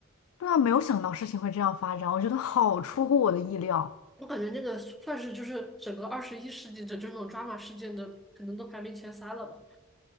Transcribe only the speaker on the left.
对啊，没有想到事情会这样发展，我觉得好出乎我的意料。